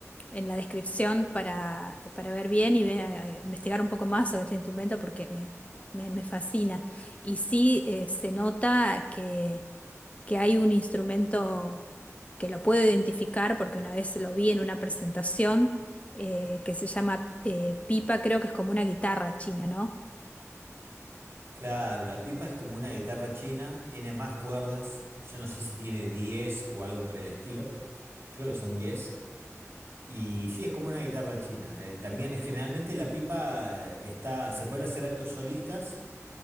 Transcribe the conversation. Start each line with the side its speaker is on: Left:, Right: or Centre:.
Left: en la descripción para, para ver bien y ver- eh, investigar un poco más sobre este instrumento porque me, me, me fascina. Y sí eh, se nota que, que hay un instrumento que lo puedo identificar porque una vez lo vi en una presentación eh, que se llama eh, pipa, creo que es como una guitarra china, ¿no?
Right: Claro, la pipa es como una guitarra china, tiene más cuerdas, yo no sé si tiene 10 o algo por el estilo, creo que son 10. y sí, es como una guitarra china. Eh, también eh, generalmente la pipa eh, está, se pueden hacer actos solistas,